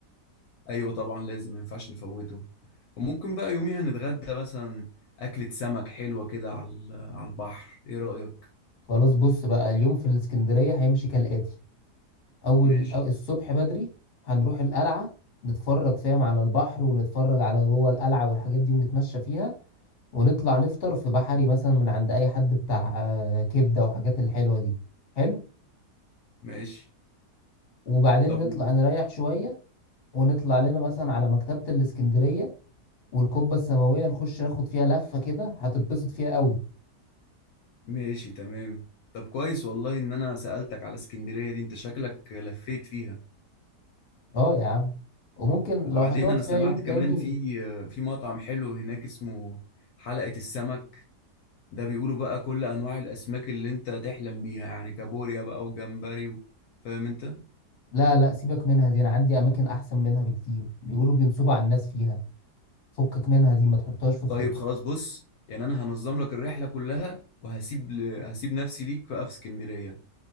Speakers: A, on the left (about 70°); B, on the left (about 40°).
A: أيوة طبعا لازم ما ينفعش نفوته وممكن بقى يوميها نتغدى مثلا أكلة سمك حلوة كده على ال- على البحر إيه رأيك؟
B: خلاص بص بقى اليوم في الاسكندرية هيمشي كالآتي اول
A: ماشي
B: أو الصبح بدري هنروح القلعة نتفرج فاهم على البحر ونتفرج على جوه القلعة والحاجات دي ونتمشى فيها ونطلع نفطر في بحري مثلا من عند اي حد بتاع آه، كبده وحاجات الحلوه دي حلو
A: ماشي
B: وبعدين
A: طب
B: نطلع
A: و-
B: نريح شويه ونطلع لنا مثلا على مكتبه الاسكندريه والقبه السماويه نخش ناخد فيها لفه كده هتتبسط فيها قوي
A: ماشي تمام طب كويس والله إن أنا سألتك على اسكندرية دي أنت شكلك لفيت فيها
B: اه يا عم وممكن
A: وبعدين
B: لو هتقعد
A: أنا
B: فيها
A: سمعت
B: يوم تاني
A: كمان في في مطعم حلو هناك اسمه حلقة السمك ده بيقولوا بقى كل انواع الاسماك اللي انت تحلم بيها يعني كابوريا بقى وجمبري و... فاهم انت
B: لا لا سيبك منها دي انا عندي اماكن احسن منها بكتير بيقولوا بينصبوا على الناس فيها فكك منها دي ما تحطهاش في الخطه
A: طيب خلاص بص يعني انا هنظم لك الرحله كلها وهسيب ل... هسيب نفسي ليك بقى في اسكندريه